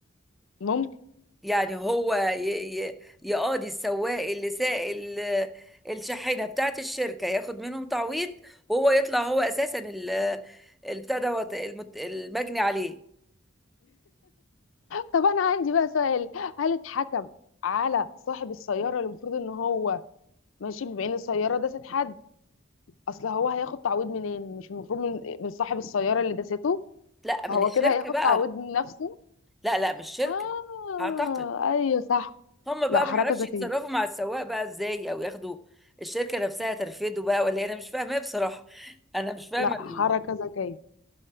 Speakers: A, on the left (about 85°); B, in the centre.
A: ممكن
B: يعني هو ي- ي- يقاضي السواق اللي ساق ال- الشاحنه بتاعت الشركه ياخد منهم تعويض وهو يطلع هو اساسا ال- آه، البتاع دوت المت- المجني عليه
A: طب انا عندي بقى سؤال هل اتحكم على صاحب السيارة اللي المفروض ان هو ماشي بما ان السيارة داست حد اصل هو هياخد تعويض منين مش المفروض من, من صاحب السيارة اللي داسته
B: لا من
A: هو
B: الشركه
A: كده هياخد
B: بقى
A: تعويض من نفسه
B: لا لا مش شركة
A: آه
B: اعتقد
A: أيوه صح
B: هم بقى
A: لا حركة
B: ما اعرفش
A: ذكية
B: يتصرفوا مع السواق بقى ازاي او ياخدوا الشركة نفسها ترفده بقى ولا إيه؟ انا مش فاهمة بصراحة انا مش فاهمة
A: لا حركة
B: ال-
A: ذكية